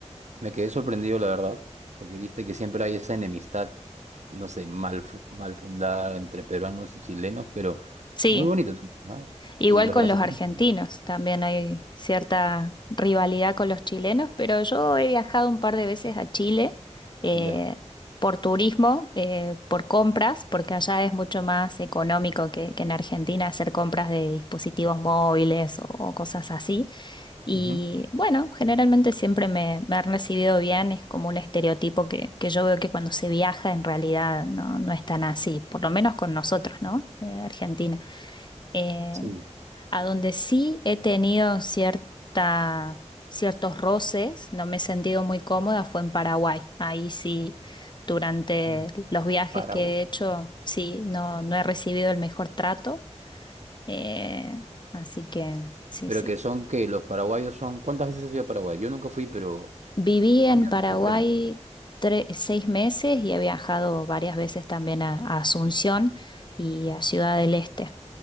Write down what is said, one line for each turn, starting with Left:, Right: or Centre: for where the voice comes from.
Right: Me quedé sorprendido, la verdad, porque viste que siempre hay esa enemistad, no sé, mal, fu- mal fundada entre peruanos y chilenos, pero
Left: Sí,
Right: muy bonito también, ¿no?
Left: Igual
Right: Y los
Left: con
Right: brasileños,
Left: los argentinos,
Right: también,
Left: también hay cierta rivalidad con los chilenos, pero yo he viajado un par de veces a Chile eh,
Right: ya.
Left: por turismo, eh, por compras, porque allá es mucho más económico que, que en Argentina hacer compras de dispositivos móviles o, o cosas así. Y
Right: Ujú.
Left: bueno, generalmente siempre me, me han recibido bien, es como un estereotipo que, que yo veo que cuando se viaja en realidad no, no es tan así, por lo menos con nosotros, ¿no? Eh, Argentina. Eh,
Right: Sí,
Left: a donde sí he tenido cierta, ciertos roces, no me he sentido muy cómoda, fue en Paraguay. Ahí sí, durante
Right: en
Left: los viajes
Right: Paraguay.
Left: que he hecho, sí, no, no he recibido el mejor trato. Eh, así que sí,
Right: Pero
Left: sí.
Right: que son que los paraguayos son, ¿cuántas veces has ido a Paraguay? Yo nunca fui, pero
Left: Viví en
Right: mira,
Left: Paraguay
Right: me sorprenden.
Left: tre- seis meses y he viajado varias veces también a, a Asunción y a Ciudad del Este.